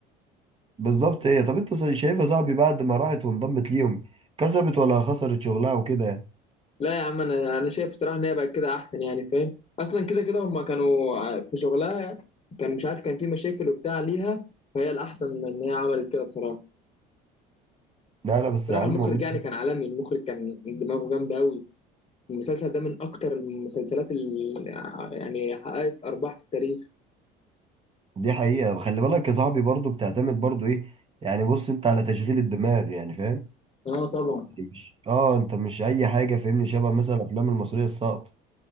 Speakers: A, on the right; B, on the left.
A: بالظبط ايه طب انت ص- شايفها صاحبي بعد ما راحت وانضمت ليهم كسبت ولا خسرت شغلها وكده يعني
B: لا يا عم انا انا شايف الصراحة ان هي بقت كده احسن يعني فاهم اصلا كده كده هما كانوا ع- في شغلها كان مش عارف كان في مشاكل وبتاع ليها فهي الاحسن ان هي عملت كده بصراحة
A: لا لا بس
B: بصراحة
A: يا عم
B: المخرج
A: والله
B: يعني كان عالمي المخرج كان دماغه جامدة قوي المسلسل ده من اكتر المسلسلات اللي ع- يعني حققت ارباح في التاريخ
A: دي حقيقة خلي بالك يا صاحبي برضو بتعتمد برضو ايه يعني بص انت على تشغيل الدماغ يعني فاهم
B: اه طبعا
A: مش اه انت مش اي حاجة فاهمني شبه مثلا الافلام المصرية الساقطة